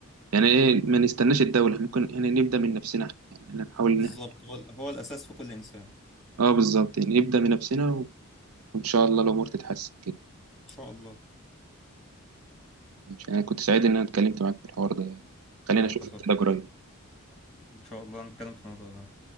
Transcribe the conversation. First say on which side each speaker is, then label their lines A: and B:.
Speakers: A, on the right; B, in the centre.
A: يعني إيه ما نستناش الدولة ممكن إحنا نبدأ من نفسنا يعني إحنا نحاول إن
B: بالظبط
A: إحنا
B: هو هو الأساس في كل إنسان إن
A: آه بالظبط يعني نبدأ من نفسنا وإن شاء الله الأمور تتحسن كده
B: شاء الله
A: مش- أنا كنت سعيد إن أنا اتكلمت معاك في الحوار ده يعني خلينا
B: انا
A: أشوفك
B: اتبسطت
A: كده
B: والله
A: قريب
B: ان شاء الله هنتكلم في الموضوع ده